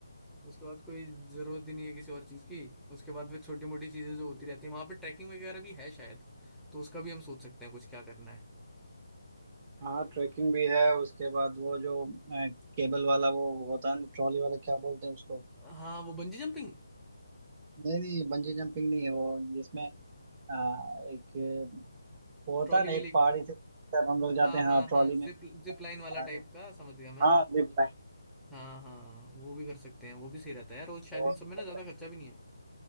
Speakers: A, in the centre; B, on the right.
A: उसके बाद कोई जरूरत ही नहीं है किसी और चीज की उसके बाद फिर छोटी मोटी चीजें जो होती रहती है वहां पे ट्रैकिंग वगैरह भी है शायद तो उसका भी हम सोच सकते हैं कुछ क्या करना है
B: हाँ ट्रैकिंग भी है उसके बाद वो जो अ, केबल वाला वो होता है ना ट्रॉली वाला क्या बोलते हैं उसको
A: हाँ वो बंजी जंपिंग
B: नहीं नहीं बंजी जंपिंग नहीं है वो जिसमें अ, एक वो होता
A: ट्रॉली
B: है ना
A: में
B: एक
A: ले
B: पहाड़ी से तब हम लोग जाते
A: हाँ
B: हैं
A: हाँ
B: हाँ ट्रॉली
A: हाँ
B: में
A: जिप जिप लाइन
B: सारे।
A: वाला टाइप का समझ गया मैं
B: हाँ जिप
A: हाँ हाँ वो भी कर सकते हैं वो भी सही रहता है यार और शायद
B: लाइन
A: इन सब में ना ज्यादा खर्चा भी नहीं है